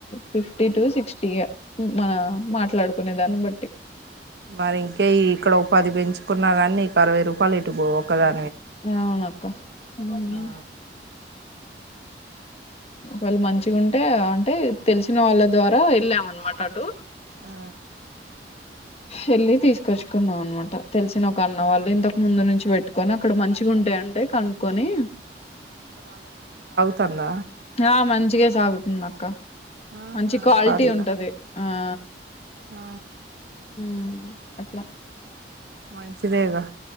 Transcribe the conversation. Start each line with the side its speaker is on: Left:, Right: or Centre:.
Left: ఫిఫ్టీ టు సిక్స్టీ ఇగ మన మాట్లాడుకునే దాన్ని బట్టి
Right: మరి ఇంకే ఇక్కడ ఒ పది పెంచుకున్నా కానీ నీకు అరవై రూపాయలు ఎటు బోవు ఒకదా
Left: అవునక్క ఉ ఉ
Right: ఆ
Left: ఒకవేళ మంచిగా ఉంటే అంటే తెలిసిన వాళ్ళ ద్వారా వెళ్ళాం అనమాట అటు
Right: ఆ
Left: వెళ్ళి తీసుకొచ్చుకున్నాం అనమాట తెలిసిన ఒక అన్న వాళ్ళు ఇంతకు ముందు నుంచి పెట్టుకొని అక్కడ మంచి ఉంటాయింటే కనుక్కొని
Right: తంద
Left: ఆ మంచిగే సాగుతుంది అక్క
Right: ఆహా
Left: మంచి క్వాలిటీ
Right: పర్లే
Left: ఉంటది ఆ ఆ
Right: ఆ
Left: ఉ అట్లా
Right: మంచిదే గా